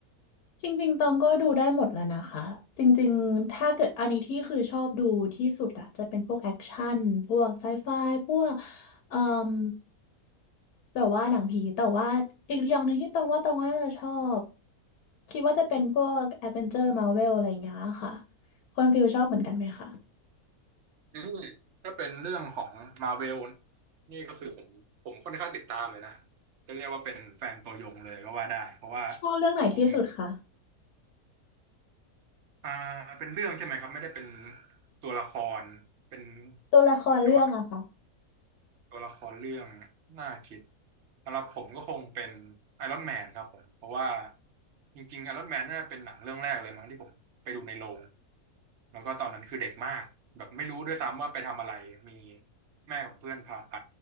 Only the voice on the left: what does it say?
จริงๆตองก็ดูได้หมดแล้วนะคะจริงๆถ้าเกิดอันนี้ที่คือชอบดูที่สุดอะจะเป็นพวกแอคชั่นพวกไซไฟพวกเอ่มแบบว่าหนังผีแต่ว่าอีกอย่างหนึ่งที่ตองว่าตองว่าน่าจะชอบคิดว่าจะเป็นพวกแอดเวนเจอร์มาเวลอะไรอย่างเงี้ยค่ะคนฟิลชอบเหมือนกันไหมคะ
ชอบเรื่องไหนที่สุดคะ
ตัวละครเรื่องอะค่ะ